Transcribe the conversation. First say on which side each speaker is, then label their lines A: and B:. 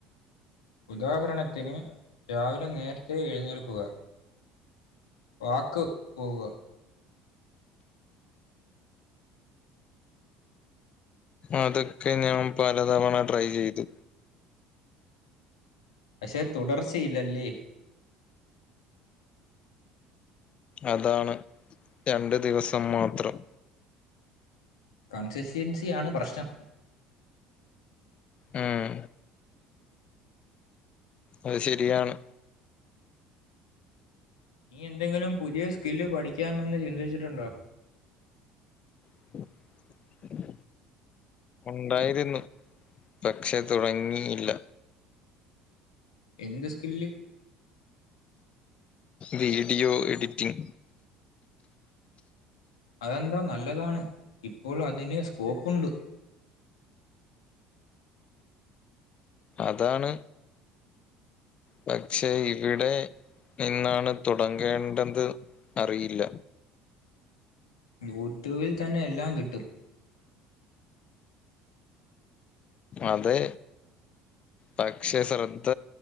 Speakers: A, on the left; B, on the left.
A: ഉദാഹരണത്തിന് രാവിലെ നേരത്തെ എഴുന്നേൽക്കുക പാർക്ക് പോവുക
B: അതൊക്കെ ഞാൻ പലതവണ ട്രൈ ചെയ്തു
A: പക്ഷെ തുടർച്ചയില്ലല്ലേ
B: അതാണ് രണ്ടു ദിവസം മാത്രം
A: കൺസിസ്റ്റ്യുവൻസി ആണ് പ്രശ്നം
B: ഉം അത് ശരിയാണ്
A: നീ എന്തെങ്കിലും പുതിയ സ്കില്ല് പഠിക്കാമെന്ന് ചിന്തിച്ചിട്ടുണ്ടോ
B: <inaudible> ഉണ്ടായിരുന്നു പക്ഷെ തുടങ്ങിയില്ല
A: എന്ത് സ്കില്ല്
B: വീഡിയോ എഡിറ്റിംഗ്
A: അതെന്താ നല്ലതാണ് ഇപ്പോൾ അതിന് സ്കോപ്പുണ്ട്
B: അതാണ് പക്ഷേ എവിടെ നിന്നാണ് തുടങ്ങേണ്ടത് അറിയില്ല
A: യൂട്യൂബിൽ തന്നെ എല്ലാം കിട്ടും
B: അതെ പക്ഷെ ശ്രദ്ധ